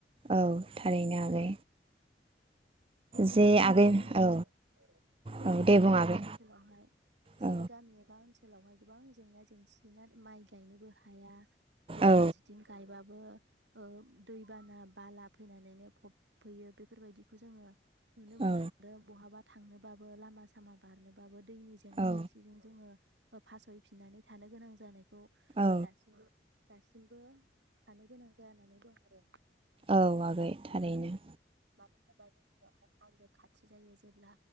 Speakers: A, on the right; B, on the right.
A: औ थारैनो आगै।
B: ओ बुंनो
A: जे
B: थाङोब्ला
A: आगै
B: जोंनि
A: औ
B: जोंनि
A: औ दे
B: गामि
A: बुं
B: एबा
A: आगै
B: ओनसोलावहाय जोंनि
A: औ
B: गामि एबा ओनसोल सोलावहाय गोबां जेंना जेंसिना माइ गायनोबो हाया। ओ
A: औ
B: फारसेथिं गायबाबो औ दैबाना बाला फैनानैनो फब फैयो बेफोरबायदिखौ जोङो। नुनो मोन
A: औ
B: दो बहाबा थांनोबाबो लामा सामा बारनोबाबो दैनि जेंना
A: औ
B: जेंसिजों जोङो। ओ फासयफिननानै थानो गोनां जानाय खौ ओ
A: औ
B: दासिमबो दासिमबो थानो गोनां जानानै दं आरो।
A: औ आगै थारैनो।
B: मानो होनोबा जोंनियावहाय हाजो खाथि जायो जेब्ला